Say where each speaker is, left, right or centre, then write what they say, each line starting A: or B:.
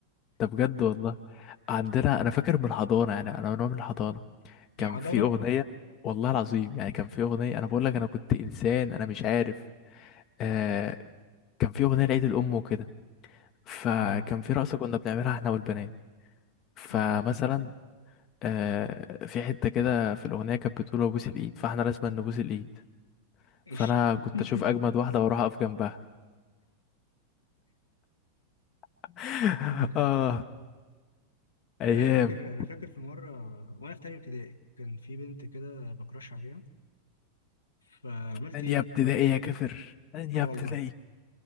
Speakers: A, on the left; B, on the left.
A: ده بجد والله عندنا أنا فاكر من الحضانة يعني أنا من وأنا من الحضانة كان
B: الحضانة
A: في أغنية والله العظيم يعني كان في أغنية أنا بقول لك أنا كنت إنسان أنا مش عارف آه كان في أغنية لعيد الأم وكده فكان
B: اه
A: في رقصة كنا بنعملها إحنا والبنات فمثلا
B: اه
A: آه في حتة كده في الأغنية كانت بتقول أبوس الإيد فإحنا لازم نبوس الإيد
B: <laughs>
A: فأنا كنت أشوف أجمد واحدة وأروح أقف جنبها <laughs>
B: انا
A: آه أيام
B: فاكر انا فاكر في مره وانا في تانية ابتدائي كان في بنت كده بكراش عليها فعملت
A: تانية
B: ايه
A: ابتدائي
B: اه
A: يا كفر تانية
B: آه
A: ابتدائي
B: والله